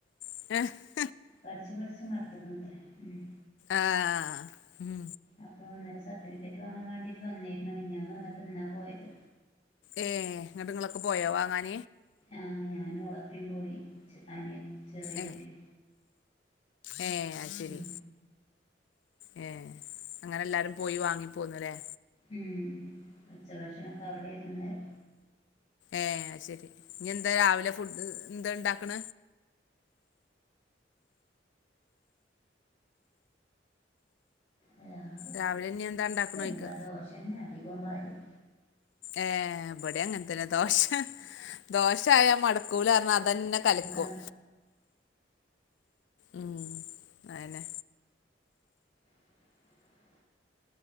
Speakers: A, on the left; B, on the left.
A: ഏഹ്
B: പഠിച്ചു പഠിച്ച് മട്ത്തുക്കണത്രേ ഉം
A: ആഹ് ഉം
B: അപ്പൊ ഇന്നരം സർട്ടിഫിക്കറ്റ് വാങ്ങാൻ വേണ്ടിട്ട് വന്നേരുന്നു മിഞ്ഞാന്ന് വന്നിട്ട് ഇന്നാ പോയത്
A: ഏയ് എന്നിട്ട് ഇങ്ങളൊക്കെ പോയാ വാങ്ങാൻ
B: ആഹ് ഞാനും ഓള പ്പി പോയി അനിയ ചെറിയ കുട്ടി
A: ഏ ഏ അത് ശരി
B: ഉം
A: ഏ അങ്ങനെ എല്ലാരും പോയി വാങ്ങിപ്പോകുന്നുല്ലേ
B: ഉം ഉച്ചഭക്ഷണക്കെ അവിടെയായിരുന്നു ഇന്നലെ
A: ഏയ് ശരി ഇനി എന്താ രാവിലെ ഫുഡ് ന്താ ഉണ്ടാക്കണ
B: രാവിലെന്താ
A: രാവിലെ ഇനി എന്താ ഉണ്ടാക്കണോയ്ക്ക
B: ദോശന്നെ അധികം പാര്യാ
A: ഏ ബടെ അങ്ങനതന്നെ ദോശ ദോശായ മടുക്കൂലാ റഞാ അതന്നെ കലക്കും
B: പാർന്നതാണ്
A: ഉം അതെന്നെ
B: <inaudible>